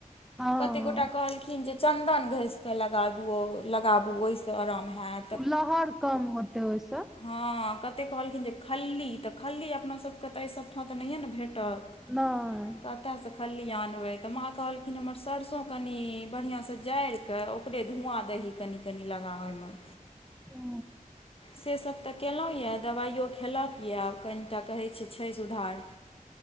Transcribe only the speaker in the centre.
हँ
लहर कम होते ओइ से।
नांइ।
ह